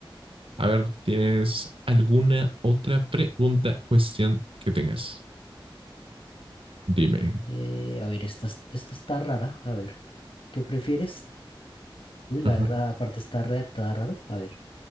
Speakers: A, on the right; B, on the left.
A: A ver, ¿tienes alguna otra pregunta, cuestión que tengas? Dime.
B: eh, a ver, esta, es- esta está rara, a ver, ¿qué prefieres? Uy, la
A: Ajá.
B: de ra- aparte está redactada raro, a ver,